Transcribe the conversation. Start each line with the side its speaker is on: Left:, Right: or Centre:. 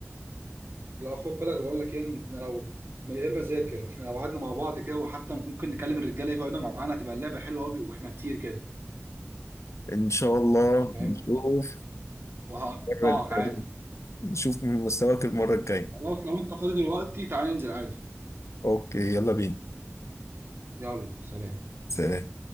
Right: لا خد بالك بقول لك ايه إن لو من غير ما اذاكر احنا لو قعدنا مع بعض كده وحتى ممكن نكلم الرجاله يقعدوا معانا تبقى اللعبه حلوه قوي واحنا كتير كده
Left: إن شاء الله
Right: فاهم
Left: نشوف
Right: وهقطعك
Left: المرة
Right: عادي
Left: الجاية نشوف من مستواك المرة الجاية
Right: خلاص لو انت فاضي دلوقتي تعالى ننزل عادي
Left: أوكي يلا بينا
Right: يلا سلام
Left: سلام